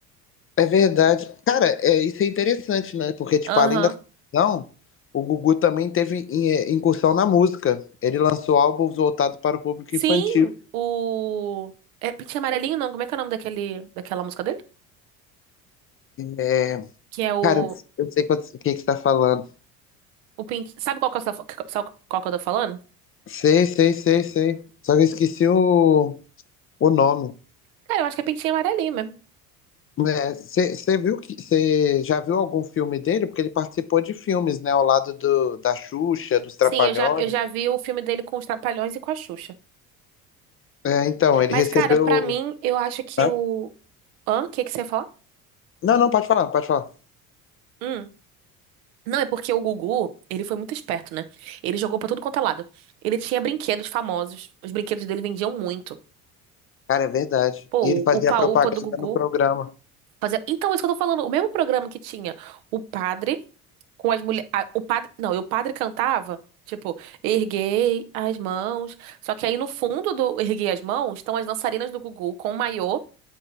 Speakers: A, on the left (about 30°); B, on the right (about 70°).
A: É verdade. Cara, é, isso é interessante, né? Porque, tipo,
B: Aham.
A: além da ficção, o Gugu também teve in- é, incursão na música. Ele lançou álbuns voltados para o público
B: Sim,
A: infantil.
B: o. É pintinho amarelinho, não? Como é que é o nome daquele, daquela música dele?
A: É,
B: Que é o.
A: cara, eu sei qual- o que que você tá falando.
B: o pint... Sabe qual que eu tô, fa- qual que eu tô falando?
A: Sei, sei, sei, sei. Só que eu esqueci o, o nome.
B: Cara, eu acho que é pintinho amarelinho mesmo.
A: Você viu que você já viu algum filme dele? Porque ele participou de filmes, né? Ao lado do, da Xuxa, dos Trapalhões.
B: Sim, eu já, eu já vi o filme dele com os Trapalhões e com a Xuxa.
A: É, então, ele
B: Mas,
A: recebeu.
B: cara, pra mim, eu acho que
A: Hã?
B: o. Hã? O que que você ia falar?
A: Não, não, pode falar, pode falar.
B: Hum. Não, é porque o Gugu, ele foi muito esperto, né? Ele jogou pra tudo quanto é lado. Ele tinha brinquedos famosos. Os brinquedos dele vendiam muito.
A: Cara, é verdade.
B: Pô,
A: E ele fazia
B: o Upa-Upa
A: propaganda
B: do Gugu.
A: no programa.
B: Fazia... Então, isso que eu tô falando. O mesmo programa que tinha o padre com as mulheres. O padre. Não, e o padre cantava. Tipo, erguei as mãos. Só que aí no fundo do erguei as mãos estão as dançarinas do Gugu com o maiô.